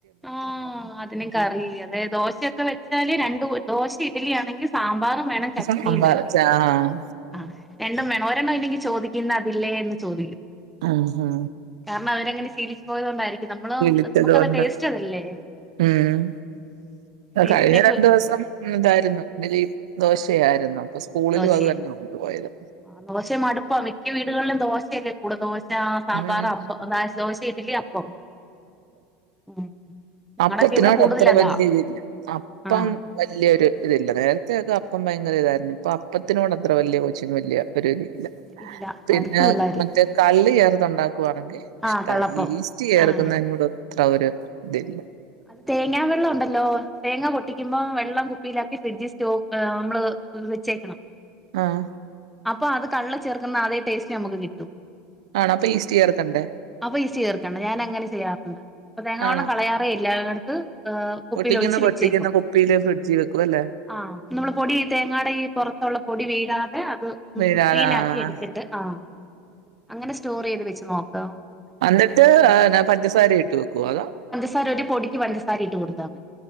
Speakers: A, in the centre; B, on the right.
A: ആഹ് അതിനു കറി അതെ ദോശയൊക്കെ വെച്ചാല് രണ്ടു ദോശ, ഇഡലി ആണെങ്കിൽ. സാമ്പാറും വേണം ചട്നിയും
B: സാമ്പാർ
A: വേണം.
B: ആഹ്
A: ആഹ് രണ്ടും വേണം ഒരെണ്ണം ഇല്ലെങ്കിൽ ചോദിക്കും ഇന്നതില്ലേ എന്ന് ചോദിക്കും.
B: ആഹ് ഹ
A: കാരണവരങ്ങനെ ശീലിച്ചു പോയത് കൊണ്ടായിരിക്കും നമ്മളോ
B: വിളിച്ചത്
A: നമുക്കത്
B: കൊണ്ട്
A: ടേസ്റ്റതല്ലേ.
B: ഉം
A: ടേസ്റ്റിനൊക്കെ
B: കഴിഞ്ഞ രണ്ട് ദൂസം. ഉം തായിരുന്നു ഡ്ലി, ദോശയായിരുന്നു. അപ്പൊ സ്കൂളിലും
A: ദോശയാ
B: അത് തന്നെ കൊണ്ടുപോയത്.
A: ആ ദോശ മടുപ്പാ, മിക്ക വീടുകളിലും ദോശയല്ലേ കൂടെദോ ഷാ സാമ്പാറ്,
B: ഉം
A: പ്പം ദോശ, ഇഡ്ലി, അപ്പം. ഉം ഞങ്ങടൊക്കെ
B: അപ്പത്തിനോടത്ര
A: ഇവിടെ കൂടുതലതാ
B: വലൃയ തില്ല അപ്പം
A: ആഹ്
B: വൽ വലൃയൊരു ഇതിരില്ല നേരത്തൊ അപ്പം ഭയങ്കര ഇതായിരുന്നു. ഇപ്പൊ അപ്പത്തിനോട് അത്ര വലൃയ കൊച്ചിന് വലൃയ ഒരുതില്ല.
A: ഇല്ല
B: പിന്നെ
A: മടുത്ത് പിള്ളേര്
B: മറ്റേ, കള്ള് ചേർതുണ്ടാക്കുവാണെങ്കിൽ.
A: ആഹ്
B: ഇഷ്ടമാ
A: കള്ളപ്പം
B: ഈസ്റ്റ് ചേർക്കുന്നതിനൊട്
A: ആഹ്
B: ത്ര ഒര്തില്ല.
A: അത് തേങ്ങാ വെള്ളം ഉണ്ടല്ലോ. തേങ്ങ പൊട്ടിക്കുമ്പോ വെള്ളം കുപ്പിയിലാക്കി ഫ്രിഡ്ജിൽ സ്റ്റേക് ഏം നമ്മള് വെച്ചേക്കെണം.
B: ആഹ്
A: അപ്പം അത് കള്ള് ചേർക്കുന്ന അതേ ടേസ്റ്റ് നമുക്ക് കിട്ടും.
B: ആണോ അപ്പൊ ഈസ്റ്റ് ചേർക്കണ്ടേ
A: അപ്പ ഈസ്റ്റ് ചേർക്കെണ്ട ഞാന്ങ്ങനെ ചെയ്യാറുണ്ട്. പ്പം തേങ്ങാവെള്ളം
B: ആണോ
A: കളയാ ല്ലാണ്ത്ത് ഏഹ് കുപ്പീല്
B: പൊട്ടിക്കുന്ന
A: ഒഴിച്ച് വെച്ചേക്കും.
B: പൊട്ടിക്കുന്ന കുപ്പിയില് ഫ്രിഡ്ജി വെക്കും അല്ലേ
A: ആഹ് നമ്മള് പൊടി തേങ്ങാടെ ഈ പെറത്തുള്ള പൊടി വീഴാതെ അത്. ഉം
B: വീഴാതെ
A: ക്ലീനാക്കി
B: ആഹ്
A: എടുത്തിട്ട് ആഹ് അങ്ങനെ സ്റ്റോറെയ്ത് വെച്ച് നോക്കാം.
B: അന്നിട്ട് പഞ്ചസാര ഇട്ട് വെക്കുവോഅതാ.
A: സാര ഒരു പൊടിക്ക് പഞ്ചസാരയിട്ട് കൊടുത്താമതി.